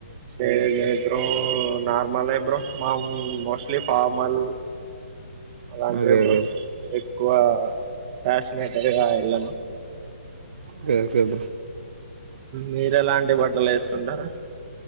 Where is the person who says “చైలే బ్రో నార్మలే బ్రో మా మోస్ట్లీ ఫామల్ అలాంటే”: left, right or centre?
Right